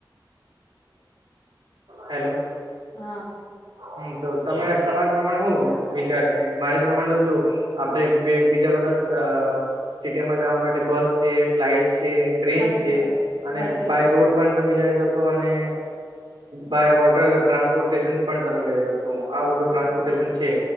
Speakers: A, on the right (about 80°); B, on the left (about 70°).
A: હેલો
B: હા
A: હમ તો તમે તમારી પ્રમાણે શું વિચાર છે મારી પ્રમાણે તો જો આપણેે બે બીજા બધા અ સિટીમાં જવા માટે બસ છે ફ્લાઇટ છે. ટ્રેન
B: સાચી
A: છે
B: વાત
A: અને
B: સાચી વાત
A: બાય રોડ પણ તમે જઈ શકો અને બાય વોટર ટ્રાન્સપોર્ટેશન પણ તમે જઈ શકો. તો આ બધું ટ્રાન્સપોર્ટેશન
B: હા
A: છે